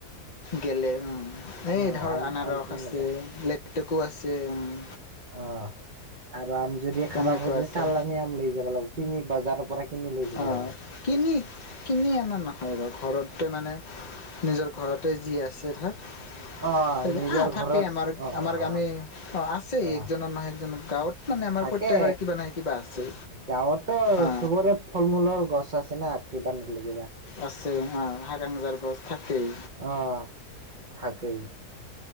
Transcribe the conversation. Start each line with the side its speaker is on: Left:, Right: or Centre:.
Left: গেলে উম'। এ
Right: উম
Left: ধৰ
Right: আম
Left: আনাৰস
Right: আমটো
Left: আছে,
Right: নাপায়
Left: লেটেকো আছে উম'।
Right: অঁ, আৰু আম যদি
Left: তেনেকুৱাকে
Right: খাব খুজি, চালানি আম লৈ যাব লাগিব, কিনি বাজাৰৰ পৰা। কিনি লৈ যাব
Left: অঁ
Right: লাগিব
Left: কিনি, কিনি অনা নেখাওঁ ৰ, ঘৰতে মানে নিজৰ ঘৰতে যি আছে, ধৰ।
Right: <unintelligible> অঁ
Left: তাকে
Right: নিজৰ
Left: আহ থাকে
Right: ঘৰত,
Left: আমাৰ
Right: অঁ,
Left: আমাৰ
Right: অঁ,
Left: আমি অ আছেই
Right: অঁ, অঁ।
Left: একজনৰ নহয় একজনৰ গাঁৱত মানে আমাৰ
Right: থাকে,
Left: প্ৰত্যেকৰে কিবা নহয় কিবা আছে
Right: গাঁৱত ত'
Left: অ
Right: চবৰে। ফল -মূলৰ গছ আছে না, <unintelligible>
Left: আছে অঁ, হাকাংজাৰ গছ থাকেই।
Right: অঁ থাকে।